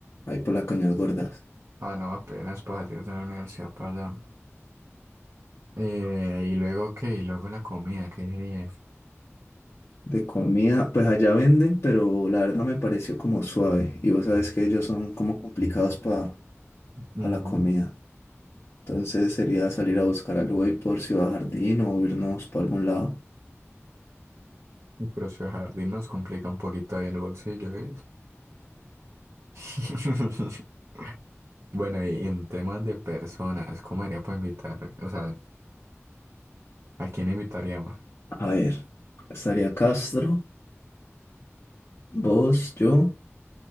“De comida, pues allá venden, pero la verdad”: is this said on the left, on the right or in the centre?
Left